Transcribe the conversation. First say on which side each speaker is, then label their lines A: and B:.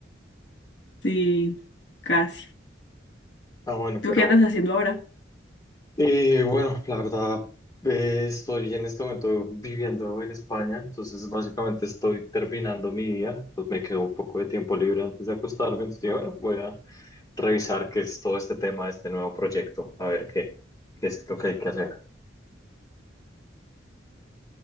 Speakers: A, on the left; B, on the left.
A: Sí, casi.
B: Ah, bueno,
A: ¿Tú
B: pero
A: qué andas haciendo ahora?
B: Y bueno, la verdad, eh, estoy en este momento viviendo en España, entonces básicamente estoy terminando mi día, entonces me quedó un poco de tiempo libre antes de acostarme, entonces dije, bueno, voy a revisar qué es todo este tema, este nuevo proyecto, a ver qué, qué es lo que hay que hacer.